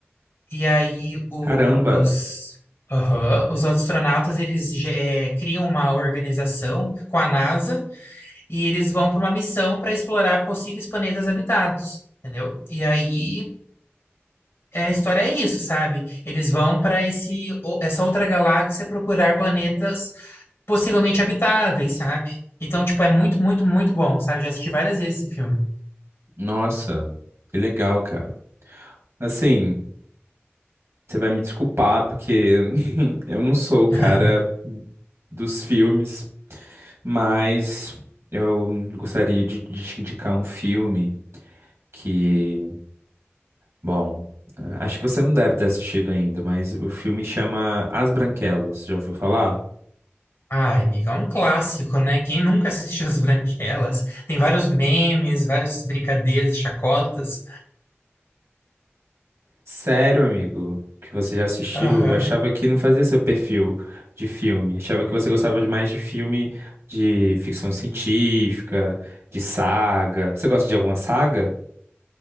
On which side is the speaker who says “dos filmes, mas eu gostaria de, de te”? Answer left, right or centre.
Right